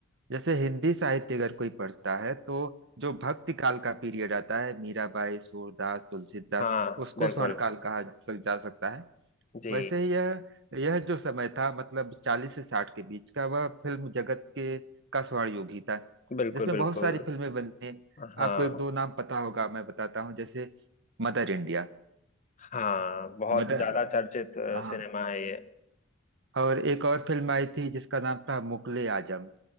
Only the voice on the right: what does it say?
जैसे हिंदी साहित्य अगर कोई पढ़ता है तो जो भक्ति काल का पीरियड आता है मीराबाई सूरदास तुलसीदास
उसको
स्वर्ण काल कहा जा जा सकता है
वैसे ही यह यह जो समय था मतलब चालीस से साठ के बीच का वह फिल्म जगत के का स्वर्ण युग ही था
जिसमें
बहुत सारी फिल्में बनी
आपको एक दो नाम पता होगा मैं बताता हूँ जैसे मदर इंडिया
मदर
हाँ
और एक और फिल्म आई थी जिसका नाम था मुगले आजम